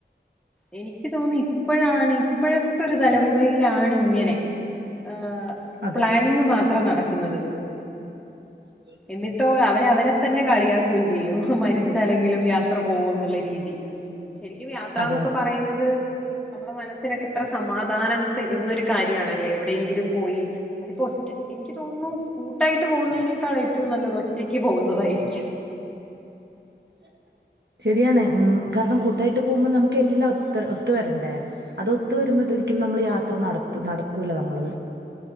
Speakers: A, in the centre; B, on the right (about 70°).
A: എനിക്ക് തോന്നി ഇപ്പഴാണ് ഇപ്പഴത്തെ ഒരു തലമുറയിലാണ് ഇങ്ങനെ. ആഹ്
B: അതെ
A: പ്ലാനിംങ്ങ് മാത്രം നടക്കുന്നത്.
B: <unintelligible>
A: എന്നിട്ടോ അവരവരെ തന്നെ കളിയാക്കും ചെയ്യും മരിച്ച അല്ലെങ്കിലും യാത്ര പോകും എന്നുള്ള രീതിയില് ശെരിക്കും യാത്രന്നൊക്കെ
B: അതെ അതെ
A: പറയുന്നത് നമ്മടെ മനസ്സിനൊക്കെ ഇത്ര സമാധാനം തരുന്ന ഒര് കാര്യണല്ലേ എവിടെയെങ്കിലും പോയി അതിപ്പോ റ്റ് എനിക്ക് തോന്നുന്നു കൂട്ടായിട്ട് പോകുന്നതിനേക്കാൾ ഏറ്റവും നല്ലത് ഒറ്റക്ക് പോകുന്നതായിരിക്കും
B: <unintelligible> ശെരിയാണ് കാരണം കൂട്ടായിട്ട് പോകുമ്പോ നമുക്ക് എല്ലാം ഒ ഒത്ത് വരണ്ടേ അത് ഒത്ത് വരുമ്പോ ത് ഒരിക്കലും നമ്മൾ യാത്ര നട നടക്കൂല നമ്മളത്